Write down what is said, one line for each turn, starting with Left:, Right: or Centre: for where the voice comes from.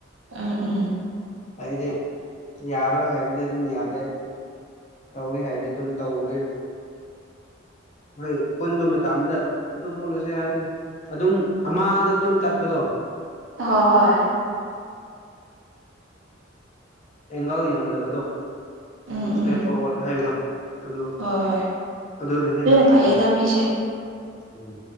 Right: ꯑꯥꯝ ꯑꯥꯝ
Left: ꯑꯩꯗꯤ ꯌꯥꯔꯣꯏ ꯍꯥꯏꯔꯗꯤ ꯑꯗꯨꯝ ꯌꯥꯗꯦ ꯇꯧꯒꯦ ꯍꯥꯏꯗꯤ ꯑꯗꯨꯝ ꯇꯧꯕꯅꯦ ꯍꯣꯏ ꯄꯨꯟꯕ ꯃꯇꯝꯗ ꯑꯗꯨ ꯄꯨꯜꯂꯨꯁꯦ ꯍꯥꯏꯗꯤ ꯑꯗꯨꯝ ꯑꯃꯗ ꯑꯗꯨꯝ ꯆꯠꯄꯗꯣ
Right: ꯍꯣ ꯍꯣꯏ
Left: ꯑꯦꯡꯒꯜ ꯌꯥꯝꯗꯕꯗꯣ ꯑꯗꯨ
Right: ꯎꯝ
Left: ꯏꯁꯇ꯭ꯔꯦꯠ
Right: ꯎꯝ
Left: ꯐꯣꯔꯋꯥꯔꯗ ꯍꯥꯏꯕꯗꯣ ꯑꯗꯨ
Right: ꯍꯣꯏ ꯍꯣꯏ
Left: ꯑꯗꯨꯅ ꯍꯦꯟꯅ ꯐꯥꯏꯅ
Right: ꯐꯩꯌꯦꯗ ꯃꯤꯁꯦ
Left: ꯎꯝ